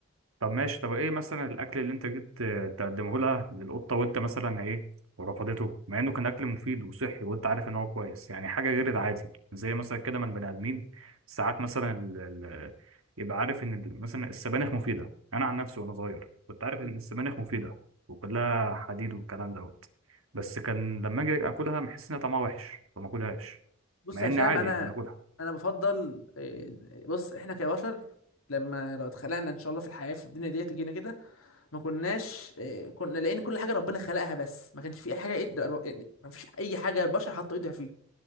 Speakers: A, on the right; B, on the left.
A: طب ماشي طب ايه مثلا الاكل اللي انت جيت آه، تقدمه لها للقطه وانت مثلا ايه ورفضته مع انه كان اكل مفيد وصحي وانت عارف ان هو كويس يعني حاجه غير العادي زي مثلا كده من بني ادمين ساعات مثلا ال... ال... يبقى عارف ان ال- مثلا السبانخ مفيده انا عن نفسي وانا صغير كنت عارف
B: مم.
A: ان السبانخ مفيده وكلها حديد والكلام دوت بس كان لما اجي اكلها بحس ان طعمها وحش فما اكلهاش
B: بص
A: مع
B: يا
A: ان
B: هشام
A: عادي
B: أنا
A: احنا بناكلها
B: أنا بفضل إيه، بص إحنا كبشر لما لو اتخلقنا إن شاء الله في الحياة في الدنيا دي تجينا كده ما كناش إيه، كنا لقينا كل حاجة ربنا خلقها بس ما كانش في أي حاجة إيد- يعني ما فيش أي حاجة البشر حطوا إيدها فيه